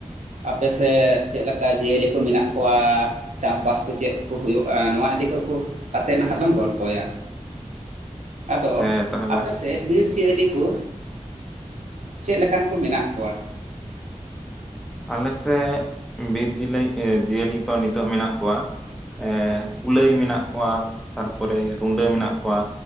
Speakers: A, on the right; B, in the centre.
A: ᱟᱯᱮ ᱥᱮᱫ ᱪᱮᱫ ᱞᱮᱠᱟ ᱡᱤᱭᱟᱹᱞᱤ ᱠᱚ ᱢᱮᱱᱟᱜ ᱠᱚᱣᱟ? ᱪᱟᱥᱵᱟᱥ ᱠᱩ ᱪᱮᱫ ᱠᱩ ᱦᱩᱭᱩᱜ-ᱟ, ᱱᱚᱣᱟ ᱤᱫᱤ ᱠᱟᱠᱚ ᱠᱟᱛᱮᱫ ᱦᱟᱜ ᱞᱟᱝ ᱜᱚᱞᱯᱚᱭᱟ᱾ ᱟᱫᱚ
B: ᱦᱮᱸ ᱛᱟᱦᱚᱞᱮ
A: ᱟᱯᱮ ᱥᱮᱫ ᱵᱤᱨ ᱡᱤᱭᱟᱹᱞᱤ ᱠᱩ ᱪᱮᱫ ᱞᱮᱠᱟᱱ ᱠᱚ ᱢᱮᱱᱟᱜ ᱠᱚᱣᱟ?
B: ᱟᱞᱮ ᱥᱮᱫ ᱵᱤᱨ ᱡᱤᱞᱤ ᱮᱸ ᱡᱤᱭᱟᱹᱞᱤ ᱠᱚ ᱱᱤᱛᱚᱜ ᱢᱮᱱᱟᱜ ᱠᱚᱣᱟ ᱮ ᱠᱩᱞᱟᱹᱭ ᱢᱮᱱᱟᱜ ᱠᱚᱣᱟ, ᱛᱟᱨᱯᱚᱨᱮ ᱨᱩᱸᱰᱟᱹ ᱢᱮᱱᱟᱜ ᱠᱚᱣᱟ᱾